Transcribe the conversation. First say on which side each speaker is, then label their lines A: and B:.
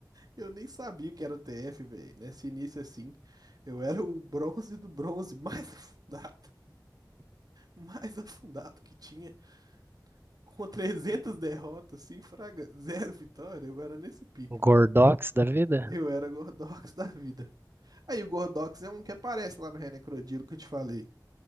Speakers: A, on the right; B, on the right.
A: Eu nem sabia o que era TF, velho. Nesse início assim, eu era o bronze do bronze mais <laughs> afundado, mais afundado que tinha, com 300 derrotas, assim, fraga, zero vitória. Eu era nesse pique, mano.
B: Gordox da vida?
A: Eu era Gordox <laughs> da vida. Aí o Gordox é um que aparece lá no Renecrodilo que eu te falei.